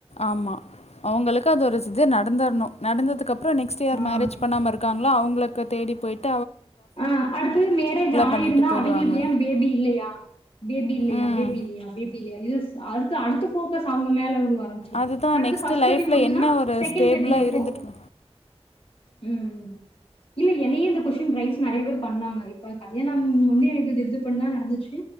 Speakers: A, on the left (about 80°); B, on the left (about 60°).
A: ஆமா அவ்ங்களுக்கு அது ஒரு சிது நடந்துர்ணு நடந்ததுக்கு அப் றோ நெக்ஸ்டுயர்
B: ஆஹ்
A: மேரேஜ் பண்ணாம இருக்காங்ளோ அவ்ங்களுக்கு தேடி போய்ட்
B: ஆஹ் அடுத்தது மேரேஜ் ஆயிருந்தா
A: பண்ணிட்டு போயிடுவாங்க
B: அவ்ங்களுக்கு ஏன் பேபி இல்லையா பேபி இல்லையா
A: ம்
B: பேபி இல்லையா பேபி இல்லையா இது அடுத்து அடுத்த போக்கஸ் அவ்ங்க மேல விழுவு ஆரம்பச்சிடும்
A: அதுதான்
B: அடுத்து
A: நெக்ஸ்ட்டு
B: ஃபஸ்ட்
A: லைஃப்பில்
B: பேபி முடிஞ்சதுனா
A: என்ன ஒரு
B: செகண்ட்
A: ஸ்டேபிளாக
B: பேபி எப்போ
A: இருந்துட்டு
B: உம் ம் இல்ல என்னயே இந்த கொஸ்டின் ரைஸ் நறைய பேர் பண்ணாங்க இப்ப கல்யாணம் வந்து எனக்கு இது இது பண்ண நடந்துச்சு